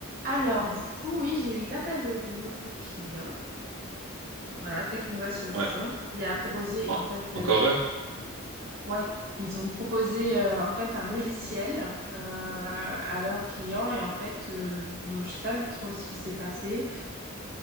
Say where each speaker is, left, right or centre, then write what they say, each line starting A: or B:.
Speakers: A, on the right; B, on the right.
A: Alors, du coup, oui, j'ai eu l'appel euh, de notre client, voilà, Technova Solutions,
B: Ouais.
A: qui a proposé,
B: En-
A: en fait, euh,
B: encore eux?
A: ouais, ils ont proposé, euh, en fait, un logiciel euh, à leurs clients. Et en fait, euh, donc, je sais pas trop ce qui s'est passé.